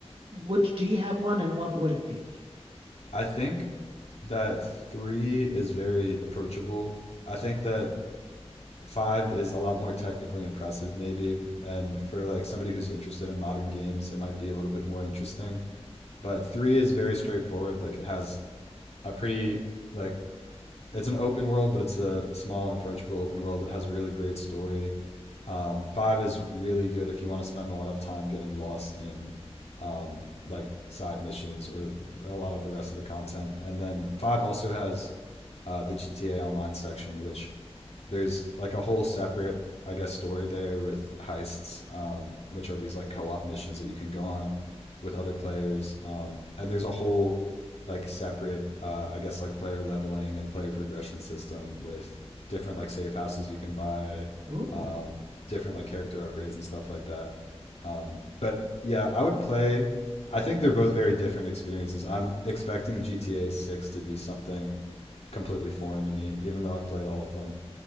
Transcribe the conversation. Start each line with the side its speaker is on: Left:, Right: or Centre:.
Right: would do you have one, and what would it be?
Left: I think that three is very approachable. I think that five is a lot more technically impressive, maybe. And for like somebody who's interested in modern games, it might be a little bit more interesting. But three is very straightforward. Like it has a pretty like it's an open world, but it's a small and approachable open world that has a really great story. Um, five is really good if you want to spend a lot of time getting lost in um, like side missions or a lot of the rest of the content. And then five also has uh, the GTA Online section, which there's like a whole separate i guess story there with heists um, which are these like co-op missions that you can go on with other players um, and there's a whole like separate uh, i guess like player leveling and player progression system with different like safe houses you can buy
Right: Ooh,
Left: um, different like character upgrades and stuff like that um, but yeah i would play i think they're both very different experiences i'm expecting gta 6 to be something completely foreign to me even though i've played all of them